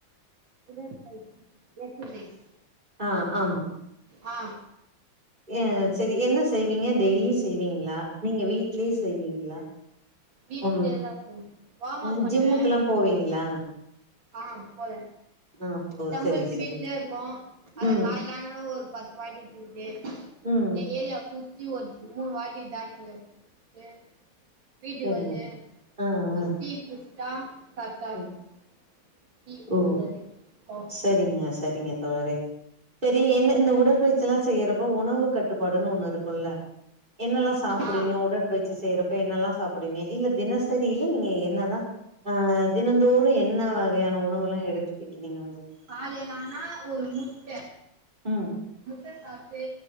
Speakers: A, on the right; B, on the right.
A: உடற்பயிற்சி எக்சர்சைஸ்
B: ஆ ஆமா
A: ஆ
B: ஆ செரி என்ன செய்வீங்க டெய்லி செய்வீங்களா நீங்க வீட்லயே செய்வீங்களா
A: வீடலயேதா
B: ம்
A: செய்வோ வாம்அப்
B: ம்
A: பண்ணுவே
B: ஜிம்முக்கெல்லாம் போவீங்களா?
A: ஆ போல
B: ஆ ஓ
A: டம்புள்ஸ்
B: சரி, சரி.
A: வீட்லயே இருக்கு அத
B: ம்,
A: காலயலான ஒரு பத்து வாட்டி தூக்கிட்டு
B: ம்,
A: இந்த
B: ம்.
A: ஏரியாவ சுத்தி ஒரு மூணு வாட்டி ஜாக்கிங் வந்துட்டு வீட்டுக்கு
B: சரிங்க.
A: வந்து
B: ஆ,
A: ஒரு
B: ஆ.
A: டி குடிச்சிட்டா கரெக்டா இருக்கு
B: ம்.
A: டீ
B: ஓ
A: அல்லது காஃபி
B: சரிங்க சரிங்க தோழரே சரி என்ன இந்த உடற்பயிற்சில்லா செய்யறப்போ உணவு கட்டுப்பாடுன்னு ஒண்ணு இருக்குல்ல என்னல்லா சாப்பிடுவிங்க
A: ஆ
B: உற்பயிற்சி செய்யறப் இப்ப என்னல்லா சாப்பிடுவீங்க இல்ல தினசரி இல்ல நீங்க என்னதா ஆ தினந்தோறு என்ன வகையான உணவெல்லா எடுத்துப்பிங்க நீங்க வந்து
A: காலையிலானா ஒரு முட்ட
B: உம்
A: முட்ட சாப்டு